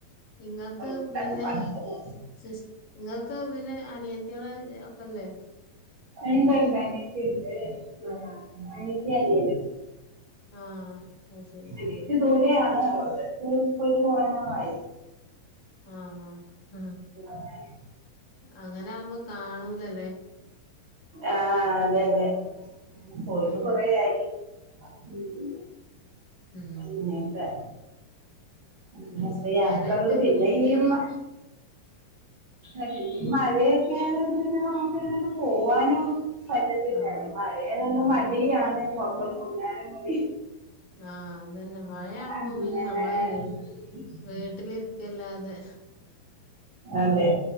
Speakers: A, on the left; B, on the right.
A: നിങ്ങക്ക്
B: പണ്ടൊക്കെ
A: പിന്നെ
B: പണ്ടൊക്കെ
A: സിസ് ങ്ങക്ക് പിന്നെ അനിയത്ത്യള് ഒക്കെല്ലേ.
B: ഇണ്ട് ണ്ട് അനിയത്തിണ്ട് ആ അനിയത്തി അനിയനും.
A: ആഹ് അ ശെരി.
B: സീറ്റ് ദൂരെയാണ് അവൾടെ അടുത്ത് പോയിട്ട് കൊറെനാളായി.
A: ആഹ് ആഹ് ആഹ്
B: അങ്ങനെ
A: അങ്ങനാവുമ്പൊ കാണൂല ലേ.
B: ആഹ് അതെ അതെ. പോയിട്ട്
A: ഉം
B: കൊറെയായി ഉം
A: ഉം
B: ഇന്നേക്ക്. <unintelligible>
A: അത് ശരി
B: യാത്രകള്
A: വരല്ലേ
B: പിന്നെയിമ്മ
A: ഇങ്ങോട്ടൊന്നും
B: ആഹ് പിന്നീ മഴയൊക്കെ നമക്കങ്ങട്ട് പോവാനു. പറ്റത്തില്ലന്ന്
A: ആഹ്
B: മഴയായതുകൊണ്ട്
A: ആഹ്
B: മടിയാണ് പൊർത്തോട്ട്ർങ്ങാനും മടി.
A: ആഹ് അതന്നെ മയാവുമ്പ
B: അങ്ങനെ
A: പിന്നെ നമ്മളെ വീ -
B: <inaudible>
A: വീട്ടിലിര്ക്കല്ലാതെ.
B: അതെ.